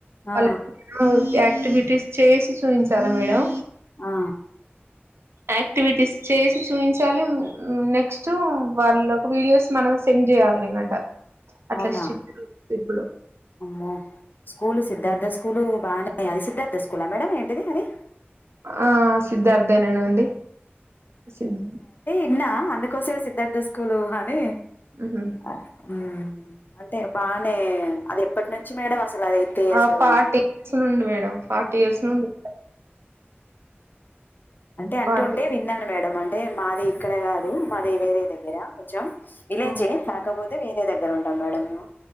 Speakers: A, on the left (about 50°); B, on the right (about 80°).
A: ఆ
B: వాళ్ళ యాక్టివిటీస్ చేసి చూయిించారా మేడం
A: ఆ
B: యాక్టివిటీస్ చేసి చూయిించాలి మ్ నెక్స్ట్ వాళ్ళ ఒక వీడియోస్ మనం సెండ్ చేయాలి నేనంట అట్లా
A: అవునా
B: స్ట్రీట్ ఇప్పుడు
A: అమ్మో స్కూలు సిద్ధార్థ స్కూలు బాగానే అది సిద్ధార్థ స్కూలా మేడం ఏంటిది అది
B: ఆ సిద్ధార్థే నేనాండి సిద్
A: నిడా అందుకోస మే సిద్ధార్థ స్కూలు అని
B: ఉహు
A: ఆ ఉమ్ అంటే బానే అది ఎప్పటి నుంచి మేడం అసలు అదై అసలు
B: ఆ ఫార్టీ ఇయర్స్ నుండి మేడం ఫార్టీ ఇయర్స్ నుండి
A: అంటే అంటూ
B: ఫార్టీ
A: ఉంటే విన్నాను మేడం అంటే మాది ఇక్కడ కాదు మాది వేరే దగ్గర కొంచెం విలేజ్
B: ఆ
A: కాకపోతే వేరే దగ్గర ఉంటాం మేడం మేము